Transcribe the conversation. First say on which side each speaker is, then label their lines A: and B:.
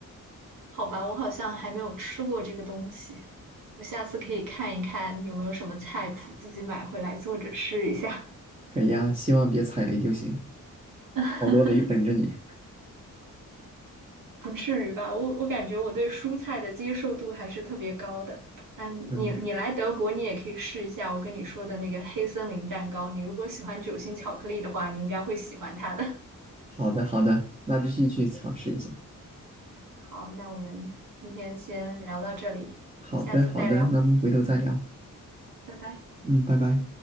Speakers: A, on the right; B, on the right.
A: 好吧，我好像还没有吃过这个东西，我下次可以看一看有没有什么菜谱，自己买回来做着吃一下。
B: 可以呀，希望别踩雷就行，
A: <laughs>
B: 好多雷等着你。
A: 不至于吧？我我感觉我对蔬菜的接受度还是特别高的。嗯，
B: 嗯，
A: 你你来德国，你也可以试一下我跟你说的那个黑森林蛋糕。你如果喜欢酒心巧克力的话，你应该会喜欢它的。
B: 好的好的，那必须去尝试一下。
A: <laughs> 好，那我们今天先聊到这里，
B: 好的好的，
A: 下次再聊，
B: 那我们回头再聊。
A: 拜拜。
B: 嗯，拜拜。